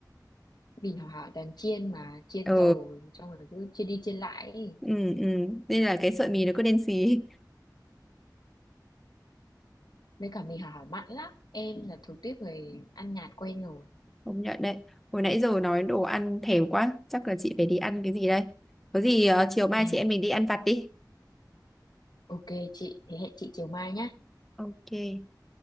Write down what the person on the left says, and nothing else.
vì hảo hảo toàn chiên mà chiên
dầu xong rồi cứ chiên đi chiên lại ấy.
với cả mì hảo hảo mặn lắm em là thuộc tiếp người ăn nhạt quen rồi
em
Ok chị, thế hẹn chị chiều mai nhá.